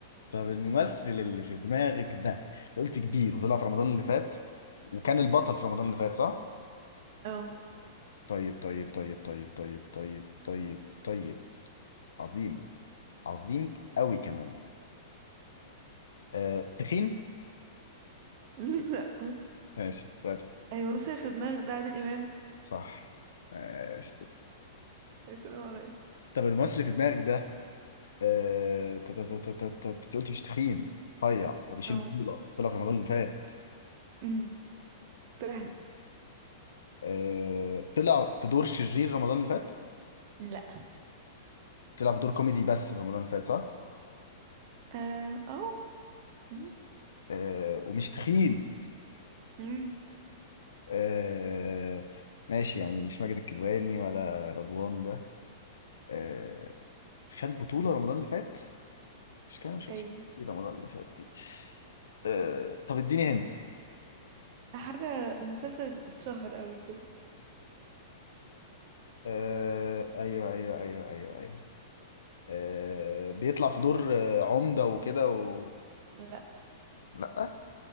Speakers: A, on the left; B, on the right.
A: طب الممثل اللي في دماغك ده انت قلت كبير وطلع في رمضان اللي فات وكان البطل في رمضان اللي فات صح؟
B: اه
A: طيب طيب طيب طيب طيب طيب طيب طيب عظيم عظيم قوي كمان آه تخين
B: لا
A: ماشي سهل
B: الممثل في دماغك ده عادل امام
A: صح ماشي
B: السلام عليكم
A: طب الممثل اللي في دماغك ده آه، تا- تا- تا- تا- تا- تا- انت قلت مش تخين رفيع وبيشيل
B: اه
A: بطولة طلع في رمضان اللي فات
B: امم سهلة
A: آه، طلع في دور شرير رمضان اللي فات
B: لا
A: طلع في دور كوميدي بس رمضان اللي فات صح
B: اه أو. مم.
A: آه، ومش تخين
B: مم.
A: آه، ماشي يعني مش ماجد الكدواني ولا رضوان ده آه، شال بطولة رمضان اللي فات مش كده ما شفتش
B: ايوه
A: كتير رمضان اللي فات دي آه، طب اديني هنت
B: حاجة مسلسل اتشهر قوي كده
A: آه، ايوه ايوه ايوه ايوه ايوه آه، بيطلع في دور آه، عمدة وكده و...
B: لا
A: لا